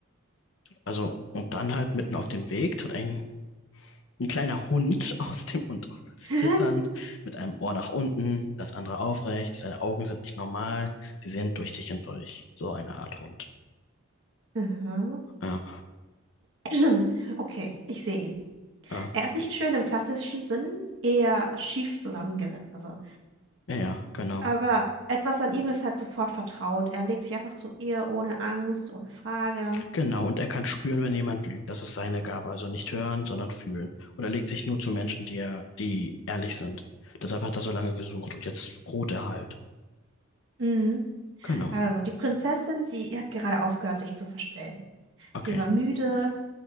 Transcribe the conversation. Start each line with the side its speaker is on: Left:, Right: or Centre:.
Left: Also, und dann halt mitten auf dem Weg tritt ein, ein kleiner Hund <laughs> aus dem Unterholz,
Right: <laughs>
Left: zitternd, mit einem Ohr nach unten, das andere aufrecht, seine Augen sind nicht normal, sie sehen durch dich hindurch. So eine Art Hund.
Right: Aha.
Left: Ja,
Right: <clears throat> Okay, ich sehe ihn.
Left: ja,
Right: Er ist nicht schön im klassischen Sinn, eher schief zusammengesetzt. Also
Left: ja, ja, genau.
Right: Aber etwas an ihm ist halt sofort vertraut. Er legt sich einfach zu ihr ohne Angst, ohne Frage.
Left: Genau, und er kann spüren, wenn jemand lügt. Das ist seine Gabe. Also nicht hören, sondern fühlen. Und er legt sich nur zu Menschen, die er, die ehrlich sind. Deshalb hat er so lange gesucht und jetzt ruht er halt.
Right: Mhm.
Left: Genau.
Right: Also die Prinzessin, sie hat gerade aufgehört, sich zu verstellen.
Left: Okay.
Right: Sie war müde